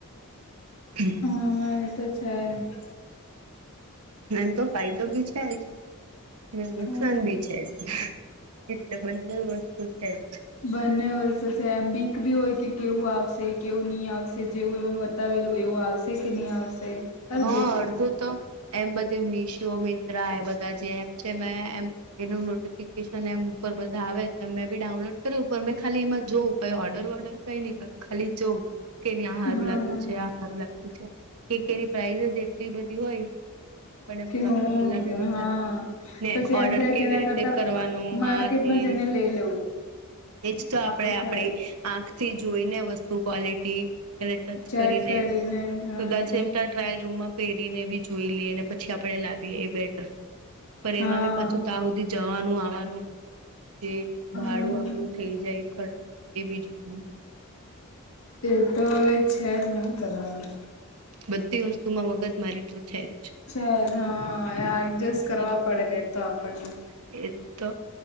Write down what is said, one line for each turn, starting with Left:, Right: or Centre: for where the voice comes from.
Right: <inaudible>
Left: હા એ તો છે.
Right: એમ તો ફાયદો બી છે જ ને, નુકસાન
Left: હમ
Right: ભી છે જ. એટલે બંને વસ્તુ છે જ.
Left: બંને વસ્તુ છે. એમ બીક ભી હોય કે, કેવું આવશે? કેવું નહીં આવશે? જેવું એમાં બતાવેલું એવું આવશે કે નહીં આવશે. અરે
Right: હા,
Left: બો
Right: અડધું તો એમ બધું મીશો, મિન્ત્રા એ બધી જે એપ છે ને, એમ એનું નોટિફિકેશન એમ પર બધા આવે, તો મેં બી ડાઉનલોડ કર્યું. પણ મેં ખાલી એમાં જોઉં, કઈ ઓર્ડર-વોર્ડર કંઈ નહીં કરું, ખાલી જોમ. કેની આ સારું
Left: હા
Right: લાગતું છે, આ સારું લાગતું છે, કે કેની પ્રઇસ જ એટલી બધી હોય. કે આપણને મંગાવતા
Left: હું
Right: પેલા
Left: કે હા
Right: વિચાર આવેને
Left: પછી
Right: ઓર્ડર
Left: એમ થાય
Right: કેવી
Left: કે એના
Right: રીતે
Left: કરતા
Right: કરવાનું,
Left: માર્કેટમાં
Right: આ તે
Left: જઈને લઈ લેવું
Right: એજ. તો આપણેે
Left: આવું
Right: આપડી
Left: થાય
Right: આંખથી જોઈને, વસ્તુ ક્વલિટી એને ટચ
Left: ચેક
Right: કરીને,
Left: હા
Right: કદાચ એમ. ત્યાં ટ્રાયલ રૂમમાં પહેરીને બી જોઈ લઈએ ને, પછી આપડે લાવીએ, એ બેટર છે. પણ એમાં
Left: હા
Right: બી પાછો ત્યા સુધી જવાનું-આવવાનું, જે ભાડું
Left: હમ
Right: આપણું થઈ જાય ખર્ચ, એ બી જોવાનું.
Left: એ તો હોય છે જ, શું કરવાના?
Right: બધી વસ્તુમાં મગજ મારી તો છે જ.
Left: છે જ. હા, એ એડજસ્ટ કરવા
Right: એનું
Left: પડે તો આપણને.
Right: એ તો